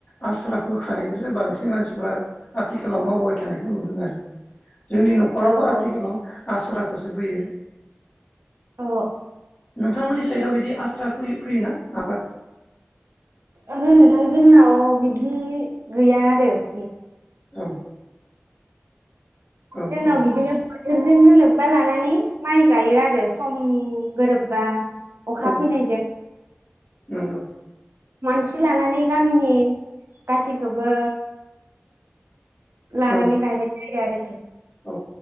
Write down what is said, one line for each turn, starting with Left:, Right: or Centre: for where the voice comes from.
Left: आस्रा फोखानायखौसो बांसिन मानसिफोरा आथिखालाव मावबाय थानाय खौ नुदों आरो जोंनि न'खरावबो
Right: औ
Left: आथिखालाव
Right: औ
Left: आस्रा खौसो बोयो
Right: अ
Left: नोंथांमोननि साइदआव बिदि आस्रा फै फैयोना आबाद।
Right: ओहो नोंथां जोंनाव बिदि गैया आरोखि।
Left: औ औ
Right: जोंना
Left: औ
Right: बिदि नो बेफोरजोंनो लोब्बा लानानै माइ गायो आरो। सम गोरोबबा अखा
Left: औ
Right: फैनायजों
Left: नंगौ
Right: मानसि लानानै गामिनि गासैखौबो लानानै
Left: औ
Right: गायनाय जायो आरो। <inaudible>
Left: औ